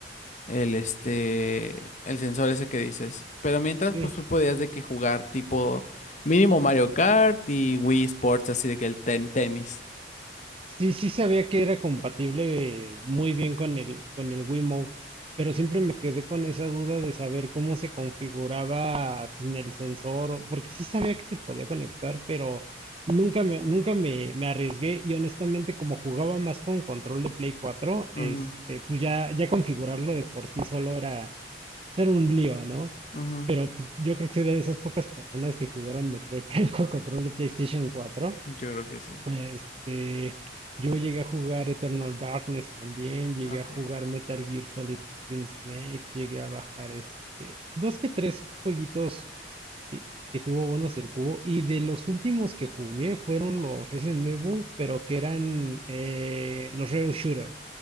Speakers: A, on the left; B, on the right.
A: el este, el sensor ese que dices. Pero mientras,
B: sí.
A: pues tú podías de que jugar tipo mínimo Mario Kart y Wii Sports, así de que el ten tenis.
B: Sí, sí sabía que era compatible eh, muy bien con el, con el Wiimote, pero siempre me quedé con esa duda de saber cómo se configuraba sin el sensor, o- porque sí sabía que se podía conectar, pero nunca me, nunca me, me arriesgué y honestamente como jugaba más con control de Play 4,
A: Ujú,
B: este, pues ya, ya configurarlo de por sí solo era era un lío, ¿no?
A: ujú,
B: Pero pues, yo creo que soy de esas pocas personas que jugaron Metroid <laughs> Prime con control de PlayStation 4.
A: Yo creo que sí.
B: Este, yo llegué a jugar Eternal Darkness también, llegué
A: Ok.
B: a jugar Metal Gear Solid Twin Snakes, llegué a bajar este, dos que tres jueguitos que, que tuvo buenos el cubo. Y de los últimos que jugué fueron los Resident Evil, pero que eran eh, los Rail Shooter,